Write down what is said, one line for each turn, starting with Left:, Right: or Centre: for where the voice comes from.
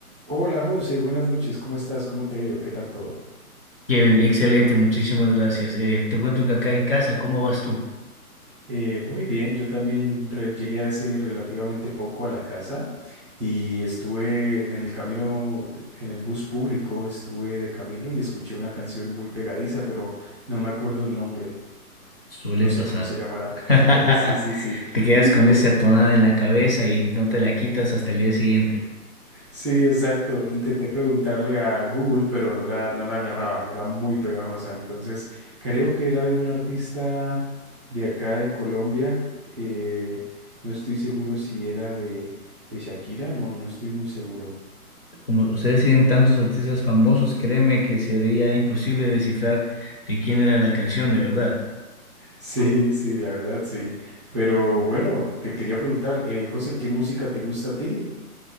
Right: Hola José, buenas noches, ¿cómo estás? ¿Cómo te ha ido? ¿Qué tal todo?
Left: Qué bien, excelente, muchísimas gracias. Eh, te cuento que acá en casa, ¿cómo vas tú?
Right: Eh, muy bien, yo también re- llegué hace relativamente poco a la casa y estuve en el camino, de- en el bus público, estuve de camino y escuché una canción muy pegadiza, pero no me acuerdo el nombre,
Left: Suele
Right: no
Left: pasar.
Right: sé cómo se llamará. <laughs>
Left: <laughs>
Right: Sí, sí, sí.
Left: Te quedas
Right: Y, y
Left: con
Right: le-
Left: esa tonada en la cabeza y no te la quitas hasta el día siguiente.
Right: Sí, exacto. Intenté preguntarle a Google, pero no la, no la agarraba. Era muy pegajosa. Entonces, creo que era de un artista de acá de Colombia. eh, no estoy seguro si era de, de Shakira. No, no estoy muy seguro. <laughs>
Left: Como ustedes tienen tantos artistas famosos, créeme que sería imposible descifrar de quién era la canción de verdad.
Right: Sí, sí, la verdad, sí. Pero bueno, te quería preguntar, eh, José, ¿qué música te gusta a ti?